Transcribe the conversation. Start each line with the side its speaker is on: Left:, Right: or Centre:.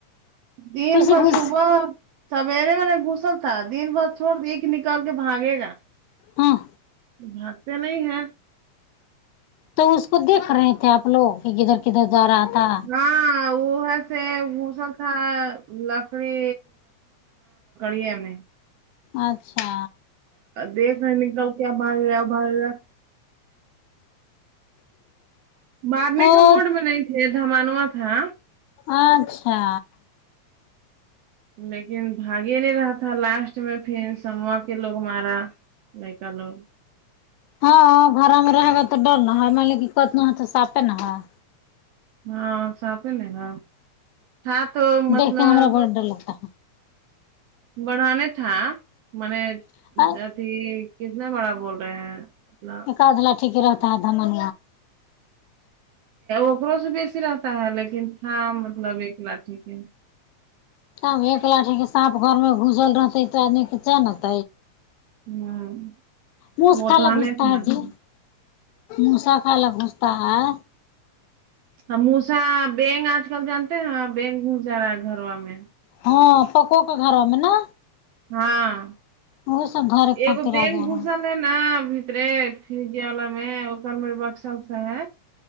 Right: دن
Left: کیسے
Right: بھر
Left: گھس
Right: صبح سویرے میں نے گھسل تھا دن بھر چھوڑ ایک نکال کے بھاگے گا
Left: ہاں
Right: بھاگتے نہیں ہیں
Left: تو اس کو دیکھ رہے تھے آپ لوگ کہ کدھر کدھر جارہا تھا
Right: ہاں وہ ہے سے موسل تھا لکڑی <unintelligible>
Left: اچھا
Right: دیکھ رہے نکل کے اب ایگا اب ایگا مارنے
Left: تو
Right: کے موڈ میں نہیں تھے دھمانوا تھا
Left: اچھا
Right: لیکن بھاگی نہیں رہا تھا لاسٹ میں پھر سموا کے لوگ مارا نہیں کا لو
Left: ہاں ہاں گھرا میں رہے گا تو ڈر نہا ہے مے کتنا تو صافے نہا ہے
Right: ہاں ساپی لے نا تھا تو مطلب
Left: دیکھ کے ہمارا بہت ڈر لگتا
Right: بڑھا نہیں تھا منے
Left: ہے
Right: جی کتنا بڑا بول رہے ہیں مطلب
Left: کادلہ ٹیک رہتا ہے دمن
Right: اکروں سے بیسی رہتا ہے لیکن تھا مطلب ایک لٹھیک ہے
Left: تب ایک لاٹی کے سانپ گھر میں گسل رہتے ہے تو آدمی کی کیا نت
Right: ہوں
Left: موس
Right: وہ
Left: خالا
Right: تو ہمیں
Left: گھستا
Right: تھا
Left: ہے
Right: ہوں
Left: جی موسی خالا گھستا تا ہے
Right: ہ موسی بینک آج کل جانتے ہیں بینک گھس جا رہا ہے گھروا میں
Left: ہاں پککو کے گھروں میں نا
Right: ہاں
Left: وہ سب دھرے
Right: یہ
Left: خاطر
Right: کو بین
Left: آ جا
Right: بھسن
Left: رہا ہے۔
Right: نا بھیترے فج والا میں <unintelligible> ار مے بکساکسا ہے <unintelligible>